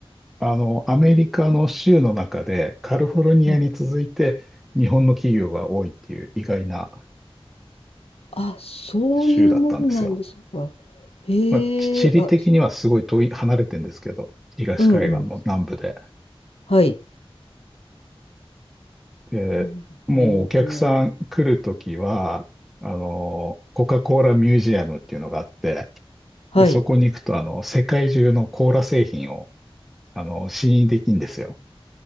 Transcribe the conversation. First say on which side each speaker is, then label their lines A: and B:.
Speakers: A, in the centre; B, on the left (about 75°).
A: あの、アメリカの州の中でカリフォルニアに続いて日本の企業が多いっていう意外な
B: うん。あ、そういうもんなんですか。
A: 州だったんですよ。
B: へえ、
A: まあ、地地理的にはすごい遠い、
B: あ、
A: 離れてるんですけど、東海岸の南部で。
B: うんうん。はい。
A: で、
B: うんえー、
A: もうお客さん来るときは、
B: アトラン
A: あの、コカ・コーラミュージアムっていうのがあって、
B: タ。
A: で、
B: はい。
A: そこに行くと、あの、世界中のコーラ製品を、あの、試飲できるんですよ。